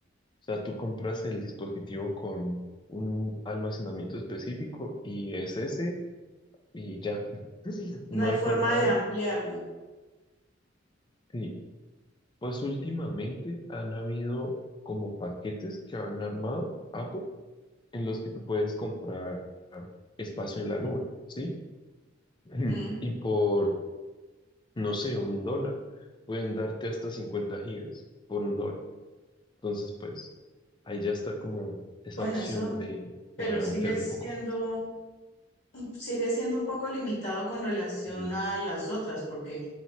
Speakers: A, on the left (about 25°); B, on the left (about 60°).
A: sea, tú compras el dispositivo con un almacenamiento específico y es ese y ya. <laughs> No
B: no hay
A: hay
B: forma
A: forma
B: de
A: de...
B: ampliarlo.
A: Sí, pues últimamente han habido como paquetes que han armado Apple en los que tú puedes comprar espacio en la nube, ¿sí? <clears throat>
B: Mm,
A: Y por, no sé, un dólar, pueden darte hasta 50 gigas por un dólar. Entonces, pues, ahí ya está como esa
B: Bueno,
A: opción
B: eso,
A: de poder
B: pero sigue
A: ampliar un
B: siendo,
A: poco más.
B: sigue siendo un poco limitado con relación
A: Y,
B: a las otras, porque